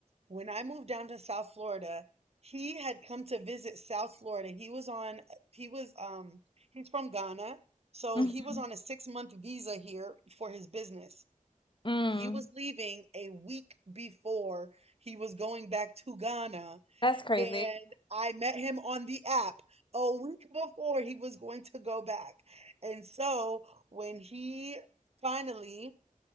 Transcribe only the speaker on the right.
when i moved down to south florida he had come to visit south florida he was on he was um he's from ghana so
he was on a six month visa here for his business
he was leaving a week before he was going back to Ghana,
and I met him on the app a week before he was going to go back. And so when he finally,